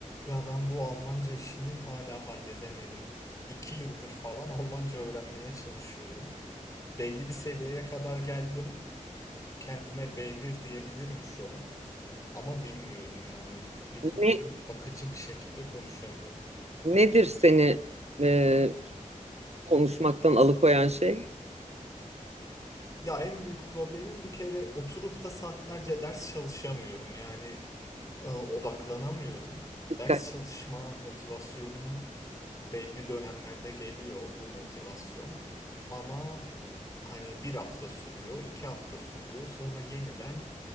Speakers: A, on the left (about 25°); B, on the right (about 55°).
A: Ya ben bu Almanca işini hala halledemedim. İki yıldır falan Almanca öğrenmeye çalışıyorum. Belli bir seviyeye kadar geldim. Kendime B1 diyebilirim şu an. Ama bilmiyorum yani. Bir türlü
B: Ne,
A: akıcı bir şekilde konuşamıyorum.
B: nedir seni e, konuşmaktan alıkoyan şey?
A: Ya en büyük problemim bir kere oturup da saatlerce ders çalışamıyorum. Yani e, odaklanamıyorum.
B: Dikkat.
A: Ders çalışma motivasyonum belli dönemlerde geliyor bu motivasyon. Ama Hani bir hafta sürüyor, iki hafta sürüyor. Sonra yeniden